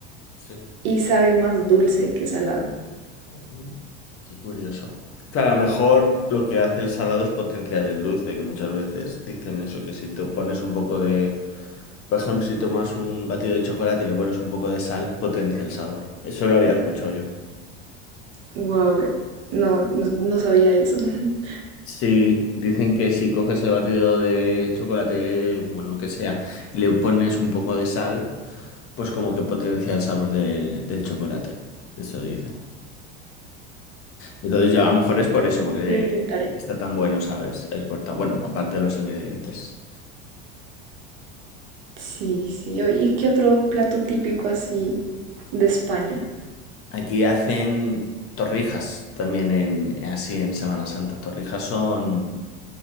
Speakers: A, on the left (about 40°); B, on the right (about 70°).
A: sí.
B: y sabe más dulce que salado.
A: Oh, Qué curioso. Claro, a lo mejor lo que hace el salado es potenciar el dulce, que muchas veces dicen eso, que si te pones un poco de, por ejemplo, si tomas un batido de chocolate y le pones un poco de sal, potencia el sabor. Eso lo había escuchado yo.
B: Wow, no, no, no sabía eso. <laughs>
A: Sí, dicen que si coges el batido de chocolate, bueno, lo que sea, y le pones un poco de sal, Pues como que potencia el sabor del, del chocolate. Eso dice. Entonces ya a lo mejor es por eso, porque
B: Lo intentaré.
A: está tan bueno, ¿sabes? El corta. Bueno, aparte de los ingredientes.
B: Sí, sí. o- ¿Y qué otro plato típico así de España?
A: Aquí hacen torrijas también en así en Semana Santa. Torrijas son.